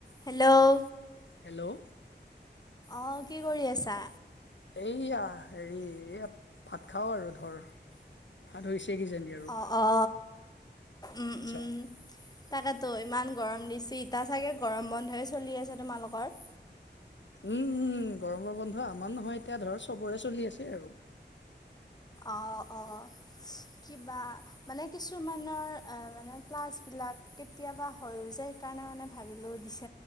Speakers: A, on the left; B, on the left.
A: Hello
B: hello
A: অ কি কৰি আছা?
B: এইয়া হেৰি এইয়া ভাত খাও আৰু ধৰ, ভাত হৈছে কিজানি। আৰু
A: অ অ উম
B: আচ্ছা
A: উম। তাকে ত ইমান গৰম দিচি ইটা চাগে গৰম বন্ধয়ে চলি আছে তোমালকৰ?
B: উম উম গৰমৰ বন্ধ আমাৰ নহয় এতিয়া ধৰ চবৰে চলি আছে আৰু।
A: অ অ কিবা। মানে কিছুমানৰ এ মানে ক্লাছ বিলাক কেতিয়াবা হয়ও যায় সেইকাৰণে মানে ভাবিলেও দিছ-